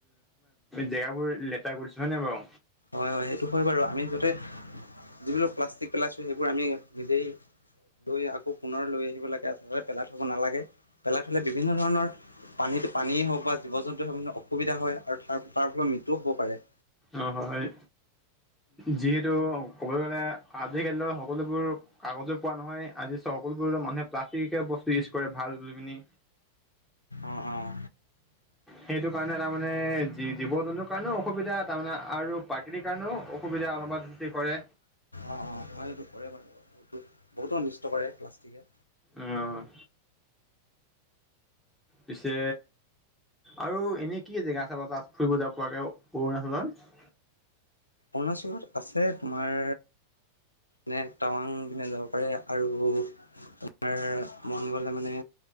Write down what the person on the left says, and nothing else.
হয় হয় সেইটো হয় বাৰু, আমি যাতে যিবিলাক প্লাষ্টিক পেলাইছো, সেইবোৰ আমি নিজেই লৈ আকৌ পুনৰ লৈ আহিব লাগে, আচলতে পেলাই থ'ব নালাগে। পেলাই থ'লে বিভিন্ন ধৰণৰ পানীত পানীয়েই হওঁক বা জীৱ জন্তুৱ হওঁক মানে অসুবিধা হয় আৰু তাৰ তাৰ ফলৰ মৃত্যুও হ'ব পাৰে।
অঁ অঁ।
অ' অ' হয় এইটো কৰে বাৰু বহুতো অনিষ্ট কৰে প্লাষ্টিকে।
অৰুণাচলত আছে তোমাৰ নে টাৱাং পিনে যাব পাৰি, আৰু তোমাৰ মন গ'লে মানে